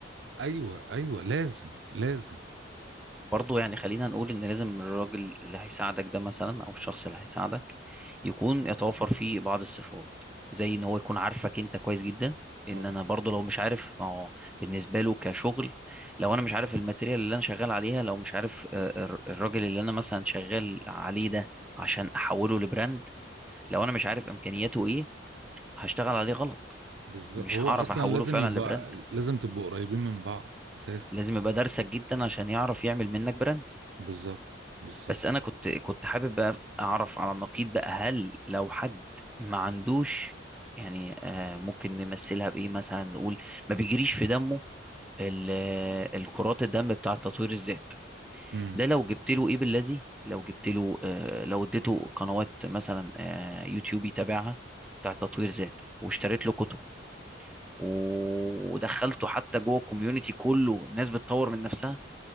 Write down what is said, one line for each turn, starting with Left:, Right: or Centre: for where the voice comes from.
Right: ايوه ايوه لازم لازم
Centre: برضه يعني خلينا نقول ان لازم الراجل اللي هيساعدك ده مثلا او الشخص اللي هيساعدك يكون يتوفر فيه بعض الصفات زي ان هو يكون عارفك انت كويس جدا لان
Right: طبعا
Centre: انا برضه لو مش عارف ما هو بالنسبه له كشغل لو انا مش عارف الماتيريال اللي انا شغال عليها لو مش عارف آه، الر- الراجل اللي انا مثلا شغال عليه ده عشان احوله لبراند لو انا مش عارف امكانياته ايه هشتغل عليه غلط
Right: بالظبط
Centre: مش
Right: هو
Centre: هعرف
Right: <laughs> اصلا
Centre: احوله
Right: لازم
Centre: فعلا
Right: يبقى
Centre: لبراند
Right: لازم تبقوا قريبين من بعض اساسا
Centre: لازم يبقى دارسك جدا عشان يعرف يعمل منك براند
Right: بالظبط بالظبط
Centre: بس انا كنت كنت حابب بقى اعرف على النقيض بقى هل لو حد ما عندوش يعني آه ممكن نمثلها بايه مثلا نقول ما بيجريش في دمه ال- آه، الكرات الدم بتاع تطوير الذات
Right: امم
Centre: ده لو جبت له ايه بالذي لو جبت له آه لو اديته قنوات مثلا آه يوتيوب يتابعها بتاع تطوير ذات واشتريت له كتب ودخلته حتى جوه الكوميونتي كله الناس بتطور من نفسها